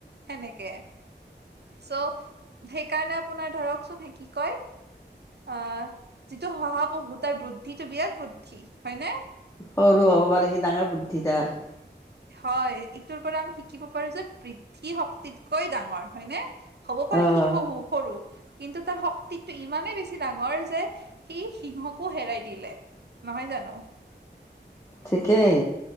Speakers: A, on the right; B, on the left.
A: সেনেকে। চ' সেইকাৰণে আপোনাৰ ধৰকচোন কি কয়! অঁ, যিটো শহাঁপহু তাৰ বুদ্ধিটো বিৰাট বুদ্ধি, হয়নে?
B: সৰু হ'ব পাৰে সি, ডাঙৰ বুদ্ধি তাৰ।
A: হয়, এইটোৰ পৰা আমি শিকিব পাৰো যে বৃদ্ধি শক্তিতকৈ ডাঙৰ, হয়নে? হ'ব পাৰে
B: অ',
A: সি সৰু -সৰু। কিন্তু তাৰ শক্তিটো ইমানেই বেছি ডাঙৰ যে সি সিংহকো হেৰাই দিলে। নহয় জানো?
B: ঠিকেই,